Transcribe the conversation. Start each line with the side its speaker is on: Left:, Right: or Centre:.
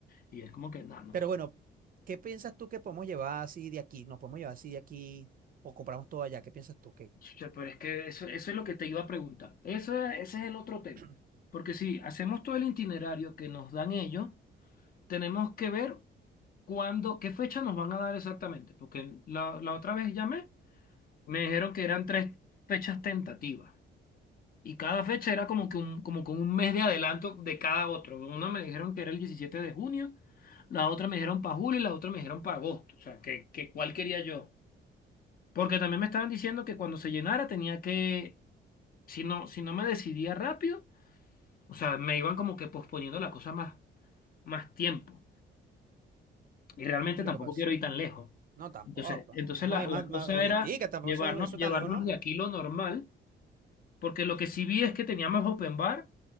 Left: Y es como que, no, no.
Right: Pero bueno, ¿qué piensas tú que podemos llevar así de aquí? ¿Nos podemos llevar así de aquí o compramos todo allá? ¿Qué piensas tú? ¿Qué,
Left: Chucha, pero es que eso, eso es lo que te iba a preguntar. Eso, ese es el otro
Right: <clears throat>
Left: tema.
Right: sí,
Left: Porque si hacemos todo el itinerario que nos dan ellos, tenemos que ver cuándo, qué fecha nos van a dar exactamente. Porque la, la otra vez llamé, me dijeron que eran tres fechas tentativas. Y cada fecha era como que un, como con un mes de adelanto de cada otro. Una me dijeron que era el 17 de junio, la otra me dijeron para julio y la otra me dijeron para agosto. O sea, que, que cuál quería yo. Porque también me estaban diciendo que cuando se llenara tenía que Si no, si no me decidía rápido, o sea, me iban como que posponiendo la cosa más, más tiempo. Y realmente
Right: lo
Left: tampoco
Right: que pasa?
Left: quiero ir tan lejos.
Right: No, tampoco.
Left: Entonces, entonces
Right: Vamos
Left: la,
Right: a ir
Left: la
Right: más,
Left: cosa
Right: más ahoritica,
Left: era
Right: tampoco,
Left: llevarnos,
Right: eso, eso
Left: llevarnos
Right: tan lejos no,
Left: de aquí lo normal, porque lo que sí vi es que teníamos open bar,